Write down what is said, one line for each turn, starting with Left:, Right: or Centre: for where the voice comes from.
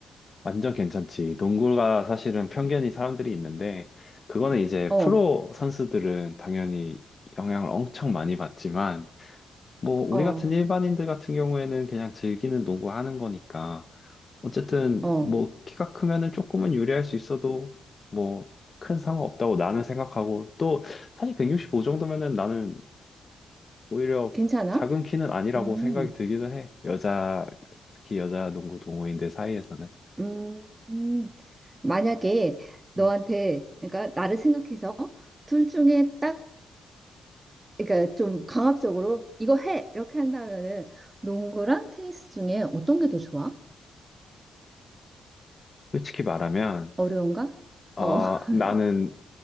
Left: 완전 괜찮지. 농구가 사실은 편견이 사람들이 있는데, 그거는 이제
Right: 어,
Left: 프로 선수들은 당연히 영향을 엄청 많이 받지만, 뭐, 우리
Right: 어,
Left: 같은 일반인들 같은 경우에는 그냥 즐기는 농구 하는 거니까, 어쨌든,
Right: 어,
Left: 뭐, 키가 크면은 조금은 유리할 수 있어도, 뭐, 큰 상관없다고 나는 생각하고, 또, 사실 165 정도면은 나는 오히려
Right: 괜찮아?
Left: 작은 키는 아니라고
Right: 음.
Left: 생각이 들기는 해. 여자, 특히 여자 농구 동호인들 사이에서는.
Right: 음, 음, 만약에 너한테,
Left: 음.
Right: 그러니까 나를 생각해서 둘 중에 딱, 그러니까 좀 강압적으로 이거 해! 이렇게 한다면은 농구랑 테니스 중에 어떤 게 더 좋아?
Left: 솔직히 말하면,
Right: 어려운가?
Left: 어,
Right: 어, <laughs>
Left: 나는